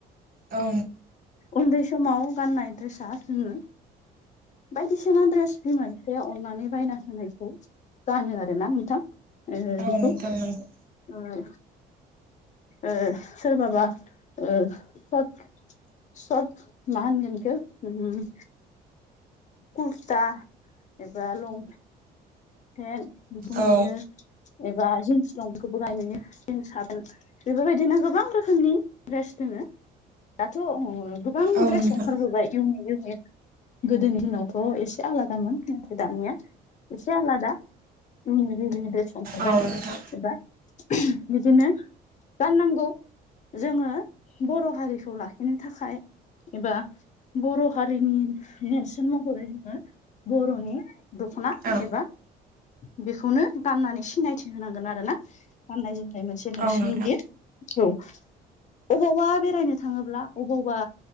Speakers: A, on the right; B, on the left.
A: औ
B: उन्दै समाव गाननाय ड्रेसा जोङो बायदिसिना ड्रेस बिमा बिफाया अननानै बायना होनायखौ गानो आरोना नोंथां ओ
A: औ
B: बेखौ
A: नोंथां नंगौ
B: ओ ओ सोरबाबा ओ स'र्थ स'र्थ मा होनगोन इखो उम कुरता एबा लंफे न बेखौ नुयो
A: औ
B: एबा जिन्स दंखौबो गाय नुयो जिन्स <unintelligible> बेफोरबायदिनो गोबां रोखोमनि ड्रेस दोङो दाथ' गोबां
A: औ
B: ड्रेस
A: नोंथां
B: ओंखारबोबाय इउनिक इउनिक गोदोनि दिनावथ' एसे आलादामोन। नाथाय दानिया एसे आलादा <unintelligible> ड्रेस ओंखारबाय
A: औ नोंथां
B: एबा बिदिनो गाननांगौ। जोङो बर' हारिखौ लाखिनो थाखाय एबा बर' हारिनि नेरसोन महरै जोङो बर'नि दखना
A: औ
B: एबा बेखौनो गाननानै सिनायथि होनांगोन आरोना गाननाय जोमनाय मोनसे नेरसोननि
A: औ नोंथां
B: बेयो औ अबावबा बेरायनो थाङोब्ला अबावबा